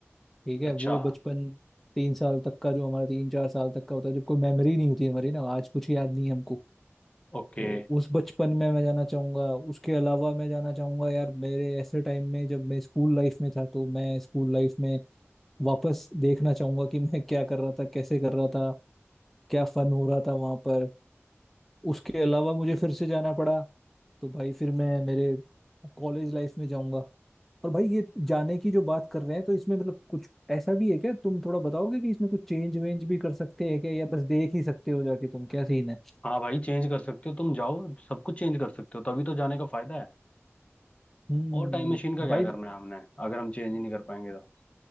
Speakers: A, in the centre; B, on the left (about 25°).
A: ठीक है
B: अच्छा
A: वो बचपन तीन साल तक का जो हमारा तीन चार साल तक का होता है जब कोई मेमोरी नहीं होती हमारी ना आज कुछ याद नहीं है हमको
B: ओके
A: तो उस बचपन में मैं जाना चाहूंगा उसके अलावा मैं जाना चाहूंगा यार मेरे ऐसे टाइम में जब मैं स्कूल लाइफ में था तो मैं स्कूल लाइफ में वापस देखना चाहूंगा कि मैं क्या कर रहा था कैसे कर रहा था क्या फन हो रहा था वहां पर उसके अलावा मुझे फिर से जाना पड़ा तो भाई फिर मैं मेरे कॉलेज लाइफ में जाऊंगा और भाई ये जाने की जो बात कर रहे हैं तो इसमें मतलब कुछ ऐसा भी है क्या तुम थोड़ा बताओगे कि इसमें कुछ चेंज वेंज भी कर सकते हैं क्या या बस देख ही सकते हो जाके तुम क्या सीन है
B: हाँ भाई चेंज कर सकते हो तुम जाओ सब कुछ चेंज कर सकते हो तभी तो जाने का फायदा है
A: हम्म
B: और टाइम मशीन का क्या
A: भाई
B: करना है हमने अगर हम चेंज ही नहीं कर पाएंगे तो